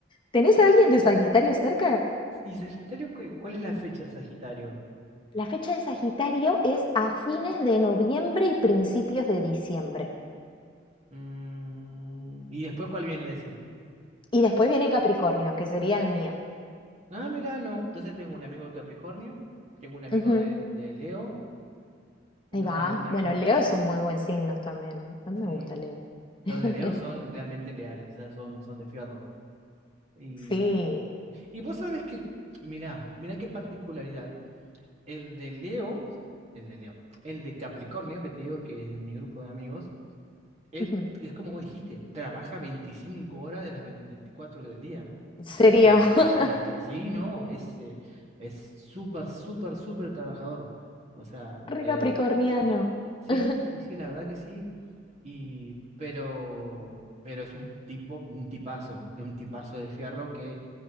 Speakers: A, on the left (about 25°); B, on the right (about 35°).
A: ¿Tenés a alguien de Sagitario cerca?
B: ¿Y Sagitario, cu- cuál es la fecha de Sagitario?
A: La fecha de Sagitario es a fines de noviembre y principios de diciembre.
B: Mm, ¿y después cuál viene ese?
A: Y después viene Capricornio, que sería el mío.
B: Ah, mirá, no. Entonces tengo un amigo de Capricornio, tengo un amigo
A: Ujú.
B: de, de Leo, un,
A: Ahí va.
B: el- un amigo
A: Bueno,
B: de
A: Leo
B: Piscis,
A: es un muy buen signo también. A mí me
B: sí.
A: gusta Leo.
B: Los
A: <laughs>
B: de Leo son realmente leales, o sea, son, son de fierro. Y
A: Sí.
B: Y vos sabés que, mirá, mirá qué particularidad. El de Leo, el de Leo, el de Capricornio, que te digo que es de mi grupo de amigos, él
A: Ujú.
B: es como vos dijiste, trabaja 25 horas de las 24 del día, ¿eh?
A: Serio.
B: pero de las,
A: <laughs>
B: de las tra- sí, no, es eh, es súper, súper, súper trabajador. O sea,
A: Re
B: eh,
A: capricorniano.
B: sí,
A: <laughs>
B: sí, sí, la verdad que sí. Y, pero, pero es un tipo, un tipazo, es un tipazo de fierro que